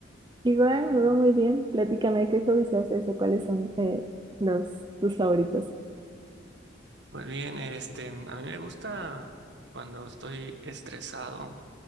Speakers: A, on the right (about 25°); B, on the right (about 65°).
A: Igual, me va muy bien. Platícame qué hobbies haces o cuáles son eh, los tus favoritos.
B: Pues bien, este, a mí me gusta cuando estoy estresado,